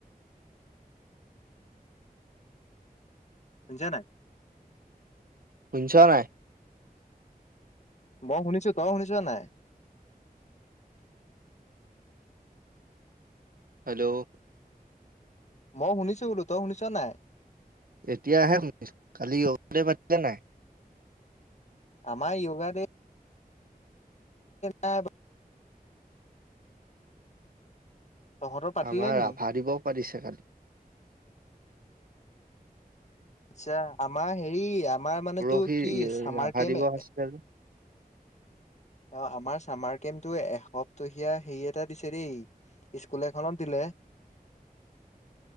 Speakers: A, on the left; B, on the right.
A: শুনিছ নাই
B: শুনিছ নাই
A: মই শুনিছো তই শুনিছ নাই
B: হেল্ল'
A: মই শুনিছো বোলো তই শুনিছ নাই
B: এতিয়া আহে শুনিছো কালি তে পাতিলে নাই
A: আমাৰ য়গা ডে নাই তহঁতৰ পাতিলে
B: আমাৰ
A: নি?
B: ৰাভা দিৱস পাতিছে
A: আচ্ছা আমাৰ হেৰি আমাৰ মানেটো
B: পৰহি
A: কি
B: ই-
A: চামাৰ
B: ৰাভা
A: কেম
B: দিৱস
A: <unintelligible>
B: আছিলে যে
A: অ' আমাৰ চামাৰ কেমটো এসপ্তহীয়া হেৰি এটা দিছে দেই, স্কুল এখনত দিলে।